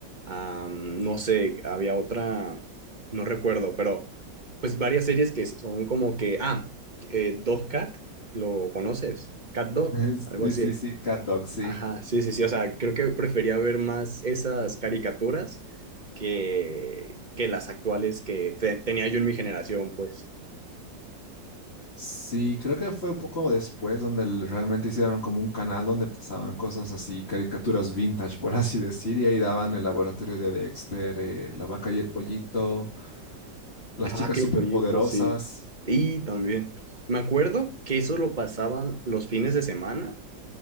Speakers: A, on the right; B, on the left.
A: um, no sé, había otra, no recuerdo, pero pues varias series que son como que, ah, eh, Dog Cat, ¿lo conoces? Cat Dog,
B: <laughs>
A: algo
B: Sí,
A: así.
B: sí, sí, Cat Dog, sí.
A: Ajá, sí, sí, sí, o sea, creo que prefería ver más esas caricaturas que, que las actuales que te- tenía yo en mi generación, pues.
B: Sí, creo que fue un poco después donde el- realmente hicieron como un canal donde pasaban cosas así, caricaturas vintage, por así decir, y ahí daban el laboratorio de Dexter, eh, la vaca y el pollito, las
A: La
B: chicas
A: vaca
B: superpoderosas.
A: y el pollito, sí. Y también, me acuerdo que eso lo pasaban los fines de semana